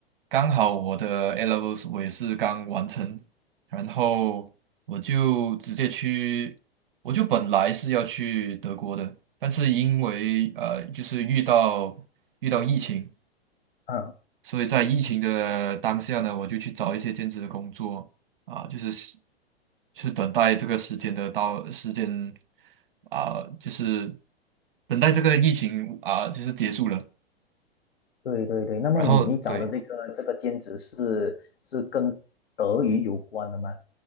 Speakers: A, on the right; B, on the left.
A: 刚好我的 A levels 我也是刚完成，然后我就直接去，我就本来是要去德国的，但是因为呃，就是遇到遇到疫情，
B: 嗯，
A: 所以在疫情的当下呢，我就去找一些兼职的工作啊，就是是是等待这个时间的到时间啊，就是等待这个疫情啊，就是结束了。
B: 对对对。那么你你找的这个这个兼职是是跟德语有关的吗？
A: 然后对，